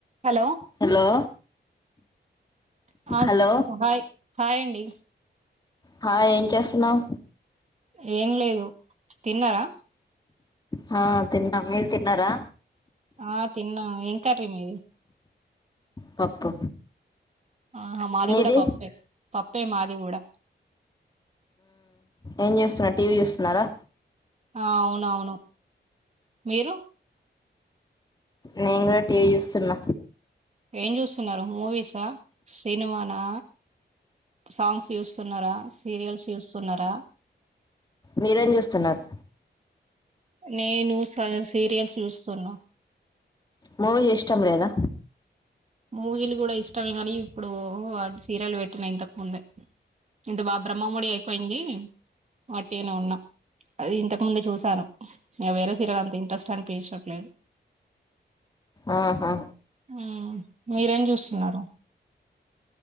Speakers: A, on the right; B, on the left.
A: Hello
B: hello
A: <unintelligible>
B: hello
A: hi hi అండి
B: హ ఏం చేస్తున్నావు
A: ఏం లేదు తిన్నారా
B: హ తిన్నాం మీరూ తిన్నారా
A: ఆ తిన్నా ఏం కర్రీ మీది
B: పప్పు
A: ఆహ మాది
B: మీది
A: కూడ పప్పే పప్పు పప్పే మాది కూడా
B: ఏం చేస్తున్నారు టీవీ చూస్తున్నారా
A: ఆ అవునవును మీరు
B: నేను కూడా టీ వి చూస్తున్న
A: ఏం చూస్తున్నారు మూవీసా సినిమానా సాంగ్స్ చూస్తున్నారా సీరియల్స్ చూస్తున్నారా
B: మీరేం చూస్తున్నారు
A: నేను సీరియల్స్ చూస్తున్న
B: మూవీ ఇష్టం లేదా
A: మూవీలు కూడా ఇష్ట ఇష్టమే కానీ ఇప్పుడు సీరియల్ పెట్టిన ఇంతకు ముందే ఇంత బాబ బ్రహ్మమడి అయిపోయింది వట్టిగనే ఉన్న అది ఇంతకు ముందే చూసాను వేరే సీరియల్స్ అంత ఇంట్రెస్ట్ అనిపించట్లేదు
B: ఆహా
A: ఉమ్మ్ మీరేం చేస్తున్నారు